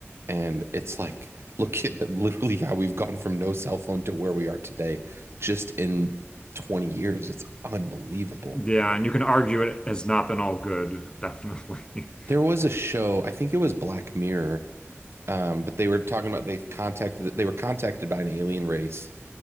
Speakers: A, on the right (about 65°); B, on the left (about 20°).
A: And it's like, <laughs> look at that, literally how we've gone from no cell phone to where we are today just in 20 years. It's unbelievable.
B: Yeah, and you can argue it has not been all good, <laughs> definitely.
A: There was a show, I think it was Black Mirror Um, but they were talking about they've contacted they were contacted by an alien race,